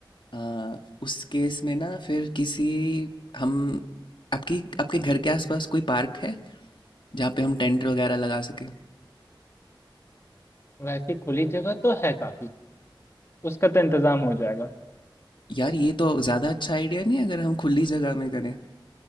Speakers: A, on the left; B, on the left.
A: आ, उस केस में ना फिर किसी हम आपकी आपके घर के आसपास कोई पार्क है जहाँ पे हम टेंट वगैरह लगा सके
B: वैसी खुली जगह तो है काफी उसका तो इंतजाम हो जाएगा
A: यार ये तो ज़्यादा अच्छा आइडिया नहीं है अगर हम खुली जगह में करें